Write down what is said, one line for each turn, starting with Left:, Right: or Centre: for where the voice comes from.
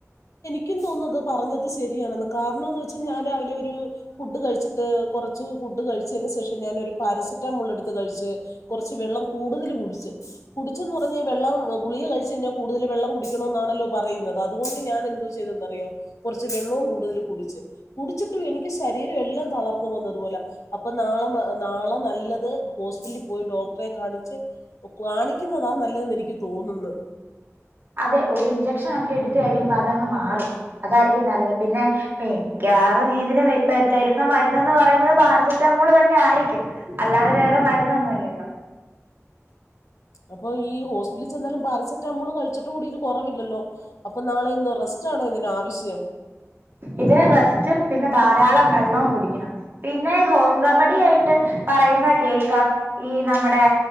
Left: <unintelligible> നിക്കും, തോന്നുന്നത്, പറഞ്ഞത് ശരിയാണെന്ന്, കാരണംന്ന്വെച്ച്, ഞാൻ രാവിലെ, ഒരു ഫുഡ് കഴിച്ചിട്ട്, കുറച്ച് ഫുഡ്‌, കഴിച്ചതിനു, ശേഷം, ഞാനൊരു, പാരസെറ്റമോൾ, എടുത്ത് കഴച്ച്, കൊറച്ച് വെള്ളം കൂടുതൽ കുടിച്ച്, കുടിച്ചെന്ന് പറഞ്ഞാ, വെള്ളം ഗുളിക, കഴിച്ചഴിഞ്ഞാ, കൂടുതൽ വെള്ളം, കുടിക്കണം, എന്നാണല്ലോ പറയുന്നത്, അതുകൊണ്ട്, ഞാൻ, എന്തോ, ചെയ്തന്നറിയോ, കുറച്ച്, വെള്ളോം, കൂടുതൽ, കുടിച്ച്, കുടിച്ചിട്ടും, എനിക്ക് രീരം, എല്ലാം, തളർന്ന്പോവുന്നത്, പോലെ അപ്പൊ, നളെ <unintelligible> നല്ലത് ഹോസ്പിറ്റിൽ, പോയി ഡോക്ടറെ കാണി ച്ച്, കാണിക്കുന്നതാ, നല്ലതെന്ന്, എനിക്ക്, തോന്നുന്ന്.
Right: അതെ, ഒരു ഇഞ്ചക്ഷനൊക്കെ, എടുത്ത്, കഴിയുമ്പോ അതങ്ങ് മാറും, അതാ രിക്കും, നല്ലത്, പിന്നെ, മിക്യവാറും, ഇതിന്, വെ, തെ, തരുന്ന, മരുന്നെന്ന്, പറയുന്നത്, പാരസെറ്റമോൾ തന്നെ യായിരിക്കും, അല്ലാതെ, വേറെ, മരുന്നൊന്നുംല്ലല്ലോ.
Left: അപ്പൊ, ഈ, ഹോസ്റ്റ ച്ചെന്നാലും, പാരസെറ്റാമോൾ, കഴിച്ചിട്ട് കൂടി, ഇത്, കുറവില്ലല്ലോ, അപ്പൊ നാളെ എന്ത, റെസ്റ്റാണോ ഇതിനാവശ്യം.
Right: ഇതിന്, റസ്റ്റും, പിന്നെ ധാരാളം വെള്ളവും, കുടിക്കണം, പിന്നെ ഈ, ഹോം റെമഡി, ആയിട്ട് പറയുന്ന, കേക്കാം, ഈ, നമ്മുടെ,